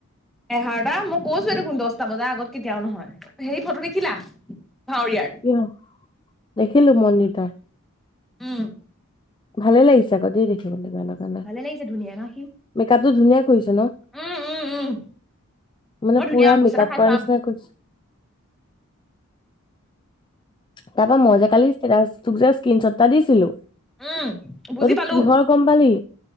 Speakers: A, in the centre; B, on the left.
A: এঘাৰটা মো কৈছো দেখোন দচটা বজাৰ আগত কেতিয়াও নহয়। হেৰি ফটো দেখিলা? ভাৱৰীয়াৰ
B: কিয়? দেখিলো মন্দিৰ নাই
A: উম
B: ভালে লাগিছে আকৌ দে দেখিবলৈ। গানৰ কাৰণে
A: ভালে লাগিছে ধুনীয়া ন সি।
B: মেকআপটো ধুনীয়া কৰিছে ন।
A: উম উম উম
B: মানে
A: মই ধুনীয়া
B: পুৰা
A: আম পইচা
B: মেক
A: এটা
B: আপ
A: খাই
B: কৰা
A: চাম
B: নিচিনা কৰিছে তাৰপৰা মই যে কালি ষ্টেটাছ তোক যে স্ক্ৰীনশ্বট এটা দিছিলো।
A: উম বুজি
B: সেইটো
A: পালো,
B: কিহৰ গম পালি